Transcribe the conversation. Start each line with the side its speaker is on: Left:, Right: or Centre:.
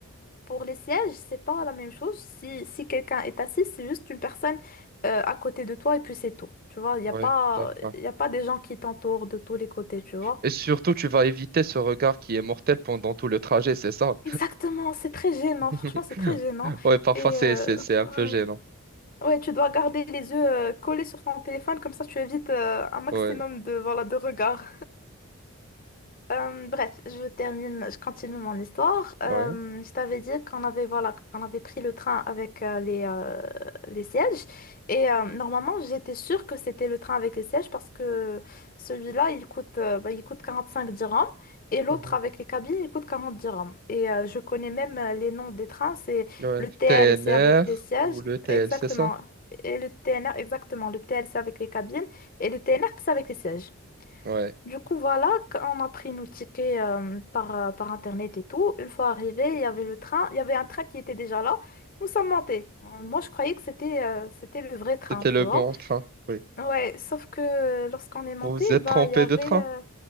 Left: Pour les sièges, c'est pas la même chose. Si, si quelqu'un est assis, c'est juste une personne euh, à côté de toi et puis c'est tout. Tu vois, il n'y
Right: ouais,
Left: a pas,
Right: d'accord.
Left: il y a pas des gens qui t'entourent de tous les côtés, tu vois.
Right: Et surtout, tu vas éviter ce regard qui est mortel pendant tout le trajet, c'est ça?
Left: Exactement, c'est très gênant,
Right: <laughs>
Left: franchement, c'est très gênant.
Right: Ouais, parfois,
Left: Et
Right: c'est,
Left: euh,
Right: c'est, c'est un
Left: ouais.
Right: peu gênant.
Left: Ouais, tu dois garder les yeux euh, collés sur ton téléphone, comme ça tu évites euh, un maximum
Right: Ouais.
Left: de, voilà, de regards. Euh, bref, je termine, je continue mon histoire. Euh,
Right: Ouais.
Left: je t'avais dit qu'on avait, voilà, qu'on avait pris le train avec euh, les, euh, les sièges. Et euh, normalement, j'étais sûre que c'était le train avec les sièges parce que celui-là, il coûte, euh, bah, il coûte 45 dirhams et l'autre
Right: Mhm.
Left: avec les cabines, il coûte 40 dirhams. Et euh, je connais même euh, les noms des trains. C'est
Right: Ouais.
Left: le TL,
Right: TNR
Left: c'est avec les sièges,
Right: ou le TL,
Left: exactement.
Right: c'est ça?
Left: Et le TNR, exactement. Le TL, c'est avec les cabines et le TNR, c'est avec les sièges.
Right: Ouais.
Left: Du coup, voilà, qu- on a pris nos tickets euh, par, euh, par Internet et tout. Une fois arrivé, il y avait le train, il y avait un train qui était déjà là. Nous sommes montés. Euh, Moi, je croyais que c'était euh, c'était le vrai train,
Right: C'était
Left: tu
Right: le
Left: vois.
Right: bon train. Oui.
Left: Ouais, sauf que euh, lorsqu'on est monté,
Right: Vous vous êtes
Left: bah,
Right: trompé
Left: il y avait,
Right: de train?
Left: euh,